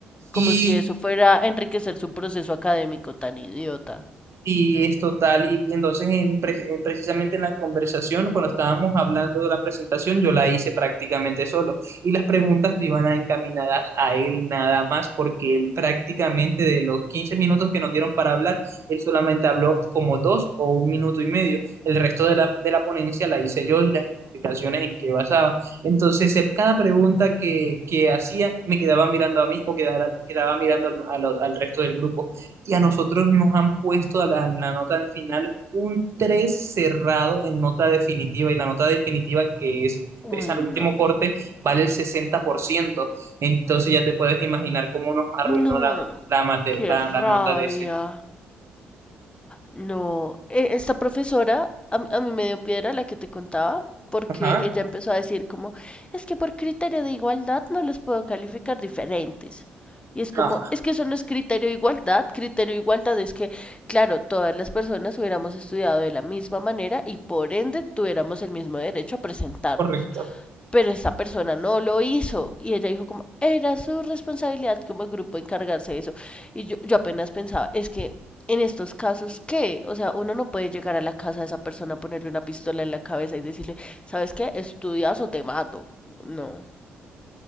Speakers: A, on the left; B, on the right.
A: Como
B: Y
A: si eso fuera a enriquecer su proceso académico tan idiota.
B: Y es total, y entonces en, pre- en precisamente en la conversación, cuando estábamos hablando de la presentación, yo la hice prácticamente solo y las preguntas no iban a- encaminadas a él nada más, porque él prácticamente de los 15 minutos que nos dieron para hablar, él solamente habló como dos o un minuto y medio. El resto de la, de la ponencia la hice yo y las explicaciones en qué basaba. Entonces, él, cada pregunta que, que hacía me quedaba mirando a mí o quedara- quedaba mirando al al- al resto del grupo y a nosotros nos han puesto a la, la nota de final un 3 cerrado en nota definitiva y la nota definitiva que es,
A: Uy,
B: es al
A: no.
B: último corte vale el sesenta por ciento Entonces ya te puedes imaginar cómo nos arruinó
A: No,
B: la, la, mate-
A: qué
B: la,
A: rabia.
B: la nota de ese.
A: No, e- esta profesora a, mí a mí me dio piedra la que te contaba, porque
B: Ajá.
A: ella empezó a decir como, es que por criterio de igualdad no los puedo calificar diferentes. Y es como,
B: Ah,
A: es que eso no es criterio de igualdad, criterio de igualdad es que, claro, todas las personas hubiéramos estudiado de la misma manera y por ende tuviéramos el mismo derecho a presentarnos
B: correcto.
A: pero esta persona no lo hizo y ella dijo como era su responsabilidad como grupo encargarse de eso y yo, yo apenas pensaba es que en estos casos qué o sea uno no puede llegar a la casa de esa persona ponerle una pistola en la cabeza y decirle sabes qué estudias o te mato no